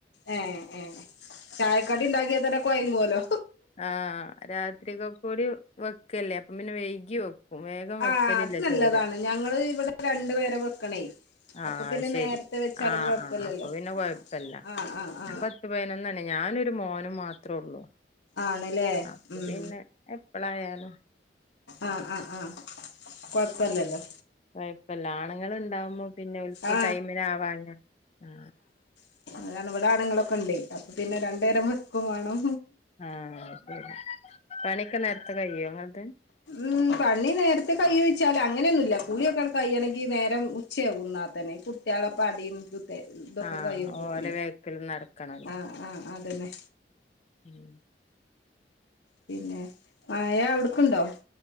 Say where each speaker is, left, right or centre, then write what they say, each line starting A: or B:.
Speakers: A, on the left; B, on the left.
A: ഏ ഏ ചായക്കടി ഉണ്ടാക്കിയാ തന്നെ കൊയങ്ങുവല്ലോ
B: ആ <unintelligible> കൂടി വേ വയ്ക്കല്ലേ അപ്പൊ പിന്നെ വൈകി വെക്കും വേഗം
A: ആ
B: വെക്കലില്ല
A: അത് നല്ലതാണ്
B: ചോറ്
A: ഞങ്ങള് ഇവിടെ രണ്ടു പേരെ വെക്കണേ
B: ആ
A: അപ്പൊ പിന്നെ
B: ശരി
A: നേരത്തെ വെച്ചാലും
B: ആ
A: കൊഴപ്പല്ലല്ലോ
B: ആ അപ്പൊ പിന്നെ കൊഴപ്പല്ല
A: ആ ആ ആ ആ
B: പത്ത് പേനൊ ഞാനൊരു മോനും മാത്രേള്ളൂ
A: ആണല്ലേ
B: അപ്പ
A: ഉം
B: പിന്നെ എപ്പഴായാലും
A: ആ ആഹ് ആ കൊഴപ്പല്ലല്ലോ
B: ഇപ്പൊ ലാണങ്ങ ഉണ്ടാവുമ്പോ പിന്നെ ഉക്കി
A: ആ
B: ടൈമിന ആവാ ആ
A: <unintelligible> വിടെ ആണുങ്ങളൊക്കെ ണ്ടേ അപ്പൊ പിന്നെ രണ്ടുേരം മക്കും വേണം
B: ആ ശരി പണിയൊക്കെ നേരത്തെ കഴിയോത്
A: ഉം പണി നേരത്തെ കൈ വെച്ചാൽ അങ്ങനെയൊന്നുമല്ല കുളിയൊക്കെ കയ്യണെങ്കി നേരം ഉച്ചയാകുന്ന <unintelligible> <unintelligible> ഇതൊക്കെ
B: ആഹ്
A: കഴിയുമ്പോത്തിനെ
B: ഓലെ വേക്കില് നടക്കണല്ലോ
A: ആ ആ അന്നെ
B: ഉം
A: പിന്നെ മായ അവിടുക്കുണ്ടോ